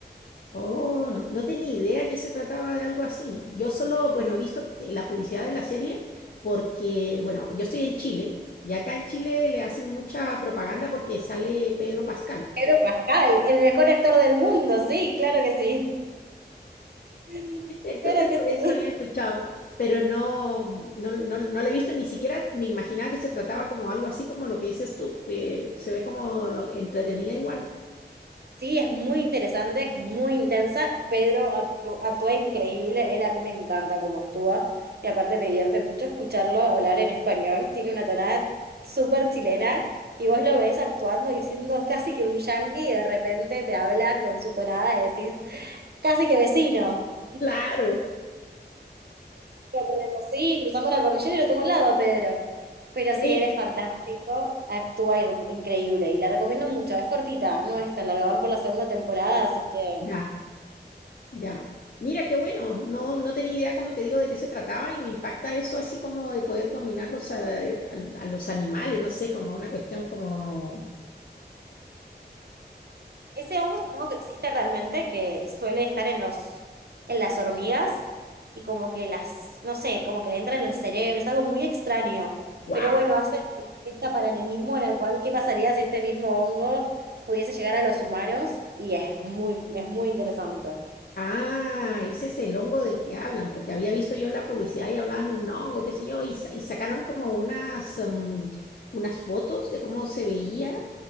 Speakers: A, on the left; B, on the right.
A: Oh, no, no tenía idea que se trataba de algo así. Yo solo, bueno, he visto la publicidad de la serie porque, bueno, yo estoy en Chile y acá en Chile le hacen mucha propaganda porque sale Pedro Pascal.
B: Pedro Pascal, el mejor actor del mundo, sí, claro que sí. <laughs>
A: <laughs> Entonces,
B: Claro que
A: por
B: sí.
A: eso la había escuchado, pero no, no, no, no la he visto, ni siquiera me imaginaba que se trataba como algo así como lo que dices tú. eh, se ve como entretenida igual.
B: Sí, es muy interesante, es muy intensa. Pedro actru- actúa increíble, él a mí me encanta cómo actúa y aparte me divierte mucho escucharlo hablar en español. Tiene una tonada súper chilena y vos lo ves actuando y siendo casi que un yangui y de repente te habla con su tonada y decís, casi que vecino.
A: Claro,
B: Lo tenemos, sí, cruzando la cordillera y lo tengo al lado, Pedro. Pero
A: sí.
B: sí, él es fantástico, actúa ir- increíble y la recomiendo mucho. Es cortita, no es tan larga, van por la segunda temporada, así que...
A: Ya. Ya. Mira, qué bueno. No, no tenía idea, como te digo, de qué se trataba y me impacta eso así como de poder dominar los, a, al- a los animales, no sé, como una cuestión como...
B: Ese hongo es un hongo que existe realmente, que suele estar en los, en las hormigas y como que las, no sé, como que le entra en el cerebro, es algo muy extraño.
A: wow.
B: Pero bueno, hace este paralelismo en el cual, ¿qué pasaría si este mismo hongo pudiese llegar a los humanos? Y es muy, es muy interesante.
A: Ah, ese es el hongo del que hablan, porque había visto yo la publicidad y hablaban de un hongo, qué sé yo, y, sa- y sacaron como unas, em, unas fotos de cómo se veía,